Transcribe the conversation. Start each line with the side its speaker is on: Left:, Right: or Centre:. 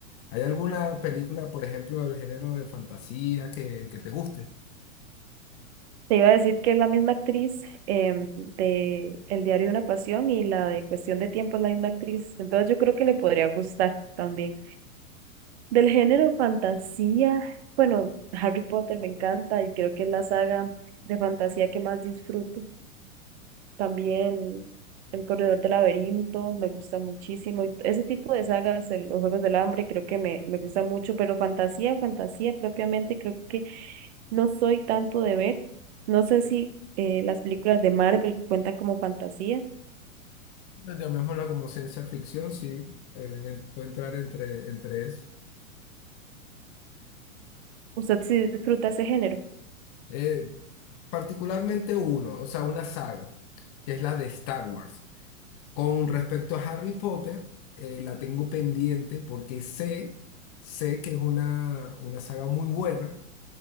Left: ¿Hay alguna película, por ejemplo, del género de fantasía que, que te guste?
Right: Te iba a decir que es la misma actriz em, de El diario de una pasión y la de Cuestión de tiempo es la misma actriz. Entonces yo creo que le podría gustar también. Del género fantasía, bueno, Harry Potter me encanta y creo que es la saga de fantasía que más disfruto. También El Corredor del Laberinto, me gusta muchísimo. Y ese tipo de sagas, el- los Juegos del Hambre, creo que me, me gusta mucho, pero fantasía, fantasía propiamente, creo que no soy tanto de ver. No sé si eh, las películas de Marvel cuentan como fantasía.
Left: Llamémosla como ciencia ficción, sí, eh, puede entrar entre, entre eso.
Right: ¿Usted sí disfruta ese género?
Left: Eh, particularmente uno, o sea, una saga, que es la de Star Wars. Con respecto a Harry Potter, eh, la tengo pendiente porque sé, sé que es una, una saga muy buena